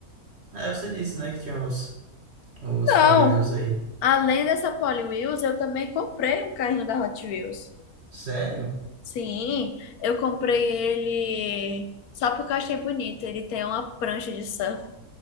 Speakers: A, on the right (about 45°); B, on the left (about 80°).
A: É, você disse, né, que tinha os, os
B: Não!
A: Polywheels aí.
B: Além dessa Polly Wheels, eu também comprei um carrinho da Hot Wheels.
A: Sério?
B: Sim, eu comprei ele só porque eu achei bonito. Ele tem uma prancha de surf.